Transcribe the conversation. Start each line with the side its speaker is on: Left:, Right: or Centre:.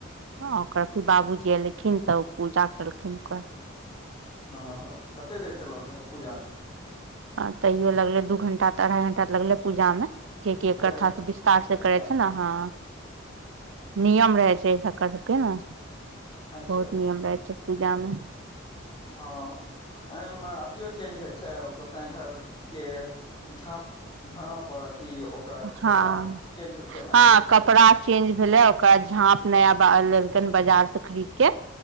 Right: आ ओकरा फेर बाबूजी एयलखिन त ओ पूजा केलखिन ओकर
Left: ह कते देर चलल रहए पूजा
Right: आ तैयो लगले दू घंटा त अढ़ाई घंटा त लगले पूजा मे क
Left: दू
Right: एक कथा
Left: अढ़ाई घंटा
Right: विस्तार से करै छै ने हँ
Left: अच्छा
Right: नियम रहै छै करके ने
Left: अच्छा
Right: बहुत नियम रहै छै पूजामे
Left: ह एहिमे अथियो चेंज छै सिटी घर के झाँप झाँप और अथी ओकर
Right: हँ
Left: कपड़ा चेंज होय छै ने
Right: हँ
Left: पे
Right: कपड़ा
Left: छै
Right: चेंज भेलै ओकरा झाँप नया लेलकैन बाजार से खरीद के